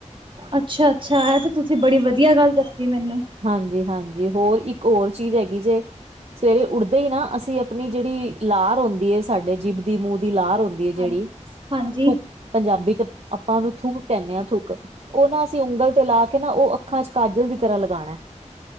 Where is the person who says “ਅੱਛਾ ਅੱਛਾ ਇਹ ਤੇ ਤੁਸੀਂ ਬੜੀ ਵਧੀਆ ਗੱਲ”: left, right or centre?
Right